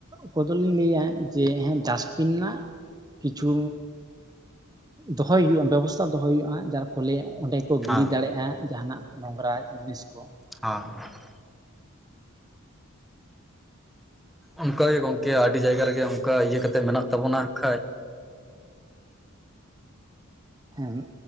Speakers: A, on the right; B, in the centre.
A: ᱠᱚᱫᱚ ᱞᱤᱧ ᱞᱟᱹᱭᱟ ᱡᱮ ᱦᱮᱸ ᱰᱟᱥᱴᱵᱤᱱ ᱨᱮᱱᱟᱜ ᱠᱤᱪᱷᱩᱼᱼ ᱫᱚᱦᱚᱭ ᱦᱩᱭᱩᱜᱼᱟ, ᱵᱮᱵᱚᱥᱛᱷᱟ ᱫᱚᱦᱚᱭ ᱦᱩᱭᱩᱜᱼᱟ, ᱡᱟᱨ ᱯᱷᱚᱞᱮ ᱚᱸᱰᱮ ᱠᱚ ᱜᱤᱲᱤ
B: ᱦᱮᱸ
A: ᱫᱟᱲᱮᱭᱟᱜᱼᱟ ᱡᱟᱦᱟᱱᱟᱜ᱾ ᱱᱚᱝᱨᱟ ᱡᱤᱱᱤᱥ ᱠᱚ᱾
B: ᱦᱚᱸ᱾ ᱚᱱᱠᱟ ᱜᱮ ᱜᱚᱝᱠᱮ ᱟᱹᱰᱤ ᱡᱟᱭᱜᱟ ᱨᱮᱜᱮ ᱚᱱᱠᱟ ᱤᱭᱟᱹ ᱠᱟᱛᱮᱫ ᱢᱮᱱᱟᱜ ᱛᱟᱵᱚᱱᱟ ᱦᱟᱜ ᱠᱷᱟᱱ᱾
A: ᱦᱮᱸ᱾